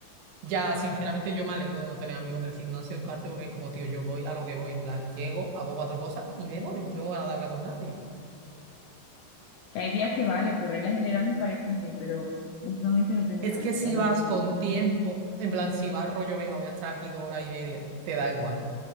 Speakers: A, on the right (about 80°); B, on the left (about 80°).
A: Ya, sinceramente, yo me alegro de no tener amigos en el gimnasio en parte porque es como, tío, yo voy a lo que voy, en plan, llego, hago cuatro cosas y me voy, no tengo ganas de hablar con nadie.
B: Que hay días que vale, por regla general me parece bien, pero uf, últimamente no tengo
A: Es
B: ganas
A: que si
B: de hablar
A: vas
B: con
A: con
B: nadie.
A: tiempo, en plan, si vas rollo, venga, voy a estar aquí dos horas y media, te da igual.